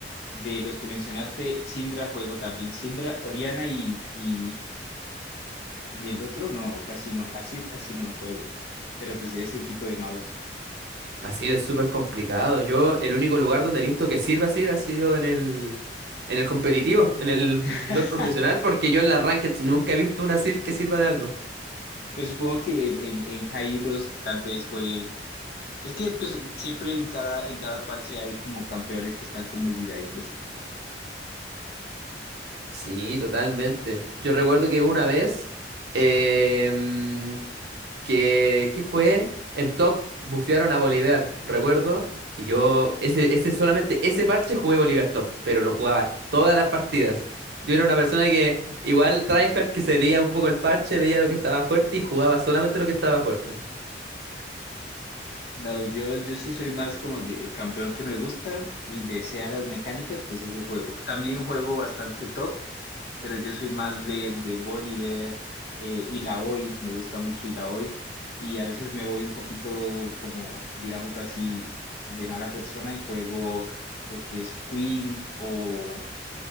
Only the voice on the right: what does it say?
Azir es súper complicado. Yo, el único lugar donde he visto que sirve Azir ha sido en el, en el competitivo, en el mm,
LoL profesional, porque yo en las rankeds nunca he visto un Azir que sirva de algo.
Sí, totalmente. Yo recuerdo que una vez. Em, que, que fue en top, bufearon a Bolívar, recuerdo, y yo ese, ese solamente ese parche jugué Bolívar top, pero lo jugaba todas las partidas. Yo era una persona que igual tryhard que se leía un poco el parche, veía lo que estaba fuerte y jugaba solamente lo que estaba fuerte.